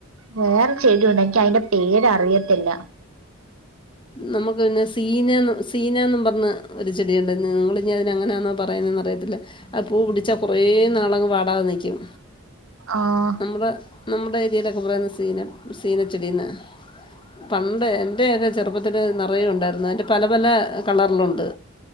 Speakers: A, on the right (about 75°); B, on the left (about 25°).
A: വേറെചെടിയുണ്ട് എനിക്ക് അതിന്റെ പേര് അറിയത്തില്ല
B: നമുക്ക് പിന്നെ സീന സീനാന്ന് പറഞ് ഒരു ചെടിയുണ്ട് നിങ്ങള് ഇനി അതിനെ എങ്ങനാന്നോ പറയുന്നന്നറിയത്തില്ല ആ പൂ പിടിച്ചാ കൊറേ നാളങ്ങ് വാടാതെ നിക്കും
A: ആഹ്
B: നമ്മുടെ നമ്മുടെ ഏരിയലൊക്കെ പറയുന്ന സീന സീനച്ചെടിന്നാ പണ്ട് എന്റെയൊക്കെ ചെറുപ്പത്തിൽ നിറയെ ഉണ്ടായിരുന്നു. അതിന്റെ പല പല കളറിലുണ്ട്.